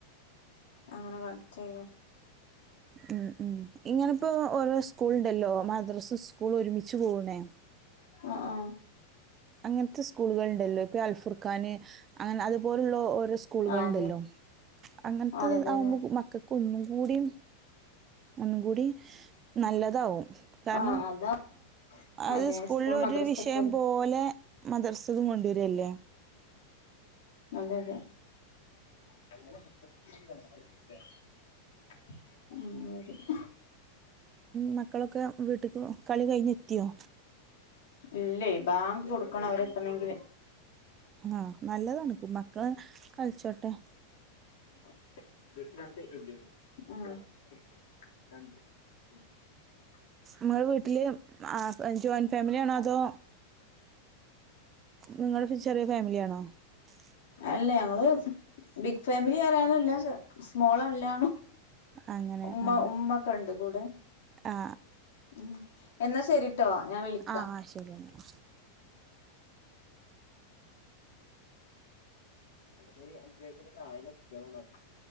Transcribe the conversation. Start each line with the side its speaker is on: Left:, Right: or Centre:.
Left: അങ്ങനെ ചെയ്യും
Right: മം മം ഇങ്ങനെ ഇപ്പോ ഓരോ സ്കൂൾ ഉണ്ടല്ലോ ഇങ്ങനെ മദ്രസ ഒരുമിച്ചു പോകുന്ന
Left: ആ ആ
Right: അങ്ങനത്തെ സ്കൂൾ ഉണ്ടല്ലോ ഇപ്പോൾ അൽഫിക്കനെ അതുപോലുള്ള സ്കൂളുകൾ
Left: ആ അതെ
Right: ഉണ്ടല്ലോ അങ്ങനതാ
Left: അതെ അതെ അതെ
Right: മക്കൾക്ക് ഒന്നുകൂടി ഒന്നുകൂടി നല്ലതാവും കാരണം
Left: ആ അതാ
Right: അത്
Left: അതെ
Right: സ്കൂളിൽ
Left: സ്കൂൾ
Right: ഒരു
Left: മദ്രസൊക്കെ
Right: വിഷയം പോലെ മദർസ് <unintelligible>
Left: അതെ അതെ <unintelligible>
Right: മക്കളൊക്കെ വീട്ടിക്ക് കളിയൊക്കെ കഴിഞ്ഞ് എത്തിയോ
Left: ഇല്ല വാങ്ക് കൊടുക്കുന്നവരെ എത്തണം ഇനി
Right: ആ നല്ലതാണ് മക്കൾ ഇപ്പോ കളിച്ചോട്ടെ
Left: <unintelligible>
Right: നിങ്ങടെ വീട്ടിലെ ജോയിൻ ഫാമിലി ആണോ അതോ നിങ്ങൾ ചെറിയൊരു ഫാമിലി ആണോ? <unintelligible>
Left: അല്ല ഞങ്ങള് ബിഗ് ഫാമിലി അറിയാനല്ലന്ന് സ്മോളല്ലാന്നും
Right: അങ്ങനെ
Left: ഉമ്മ
Right: ആ
Left: ഉമ്മ ഒക്കെ ഉണ്ട് കൂടെ
Right: ആ
Left: ഉം എന്ന ശെരി ട്ടോ ഞാ വിളിക്ക
Right: ആ ആ ശരി എന്നാ
Left: അഞ്ചിനി അഞ്ച് വയസ്സിന്റെ താഴെ കുട്ടികളാണ് അതികം